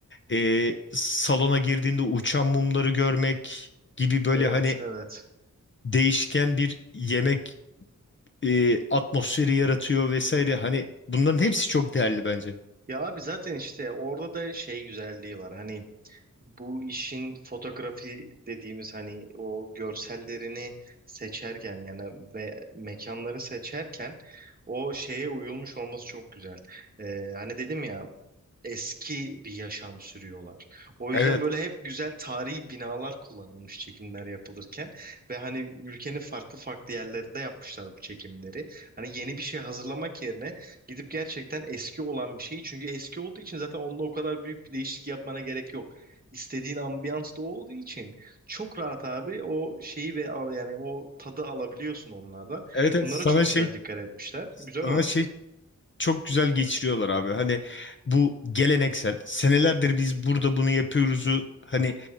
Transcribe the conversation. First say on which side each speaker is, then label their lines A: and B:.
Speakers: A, on the left; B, on the right.
A: e, salona girdiğinde uçan mumları görmek gibi böyle
B: Evet,
A: hani
B: evet.
A: değişken bir yemek e, atmosferi yaratıyor vesaire. Hani bunların hepsi çok değerli bence.
B: Ya abi zaten işte orada da şey güzelliği var. Hani bu işin fotoğrafi dediğimiz hani o görsellerini seçerken yani ve mekanları seçerken o şeye uyulmuş olması çok güzel. Ee, hani dedim ya eski bir yaşam sürüyorlar. O yüzden
A: Evet.
B: böyle hep güzel tarihi binalar kullanılmış çekimler yapılırken ve hani ülkenin farklı farklı yerlerinde yapmışlar bu çekimleri. Hani yeni bir şey hazırlamak yerine gidip gerçekten eski olan bir şeyi çünkü eski olduğu için zaten onda o kadar büyük bir değişiklik yapmana gerek yok. İstediğin ambiyans da o olduğu için çok rahat abi o şeyi ve al yani o tadı alabiliyorsun onlardan.
A: Evet, evet.
B: Bunlara
A: Sana
B: çok
A: şey
B: güzel dikkat etmişler. Güzel
A: sana
B: olmuş.
A: şey çok güzel geçiriyorlar abi. Hani bu geleneksel senelerdir biz burada bunu yapıyoruzu hani